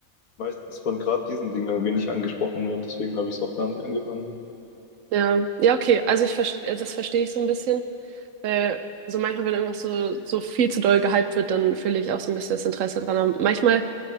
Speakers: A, on the left; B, on the right.
A: meistens von gerade diesen Dingen irgendwie nicht angesprochen wird, deswegen habe ich es auch gar nicht angefangen.
B: Ja, ja, okay. Also ich verstehe, das verstehe ich so ein bisschen. Weil so manchmal, wenn irgendwas so, so viel zu doll gehypt wird, dann verliere ich auch so ein bisschen das Interesse dran. Aber manchmal